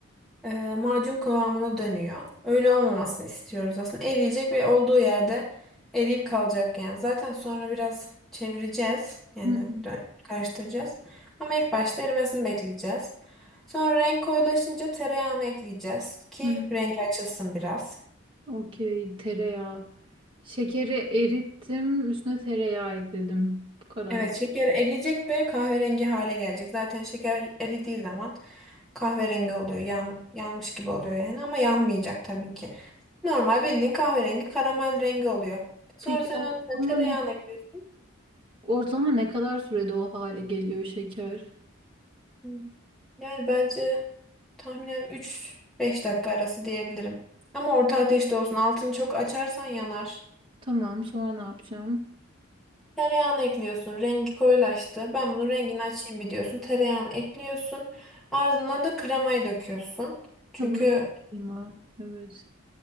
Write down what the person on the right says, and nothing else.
Hı hı.
hı.
Okey, tereyağı. Şekeri erittim, üstüne tereyağı ekledim. Bu kadar.
Peki
ortalama
ne,
ortalama ne kadar sürede o hale geliyor şeker?
Tamam, sonra ne yapacağım?
Ha, buraya da koyayım ha. Evet.